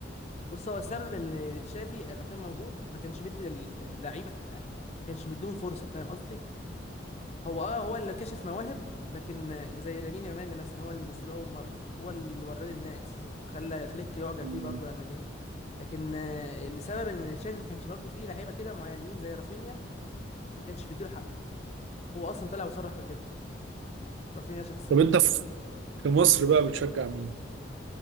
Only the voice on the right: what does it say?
مم.
طب انت في في مصر بقى بتشجع مين